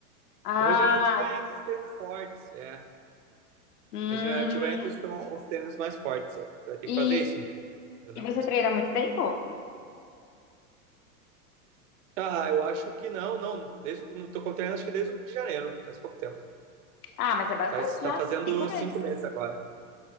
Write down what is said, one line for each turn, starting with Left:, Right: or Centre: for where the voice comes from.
Left: Ah,
Right: O regenerativo
Left: entendi.
Right: é entre os tênis fortes, é.
Left: Hum,
Right: Regenerativo é entre os, tron- os tênis mais fortes, é. Você vai ter
Left: E,
Right: que fazer isso, entendeu?
Left: e você treina há muito tempo?
Right: Ah, eu acho que não, não. Desde, o- não tô com treino, acho que desde o de janeiro, faz pouco tempo.
Left: Ah, mas é bastante
Right: Faz,
Left: já,
Right: tá fazendo
Left: cinco meses.
Right: cinco meses agora.